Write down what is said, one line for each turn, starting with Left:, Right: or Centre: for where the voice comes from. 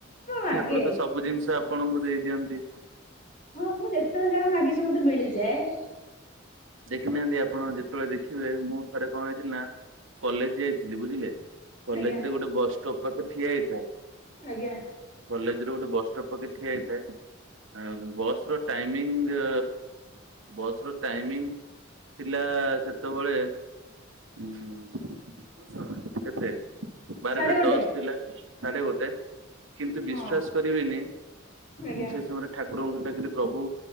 Left: ମାଗେ
Right: ଠାକୁର ତ ସବୁ ଜିନିଷ ଆପଣଙ୍କୁ ଦେଇ ଦିଅନ୍ତି।
Left: ହଁ ମୁଁ ଯେତେବେଳେ ଜାଣ ମାଗିଛି ମତେ ମିଳିଯାଏ।
Right: ଦେଖିନାହାନ୍ତି ଆପଣ ଯେତେବେଳେ ଦେଖିବେ ମୁଁ ଥରେ କଣ ହେଇଥିଲା ନା କଲେଜ ଯାଇଥିଲି ବୁଝିଲେ କଲେଜରେ
Left: ଆଜ୍ଞା
Right: ଗୋଟେ ବସଷ୍ଟପ ପାଖରେ ଠିଆ ହେଇଥାଏ।
Left: ଆଜ୍ଞା।
Right: କଲେଜ ରୁ ଗୋଟେ ବସଷ୍ଟପ୍ ପାଖରେ ଠିଆ ହେଇଥାଏ। ବସ ର ଟାଇମିଙ୍ଗ ବସ ର ଟାଇମିଙ୍ଗ ଥିଲା ସେତେବେଳେ ହ କେତେ ବାରଟା
Left: ସାଢେ ଗୋଟେ
Right: ଦଶ ଥିଲା ସାଢେ ଗୋଟେ କିନ୍ତୁ ବିଶ୍ଵାସ
Left: ହଁ
Right: କରିବେନି
Left: ଆଜ୍ଞା
Right: ମୁଁ ସେଇ ସମୟରେ ଠାକୁରଙ୍କୁ ଡାକିଲି ପ୍ରଭୁ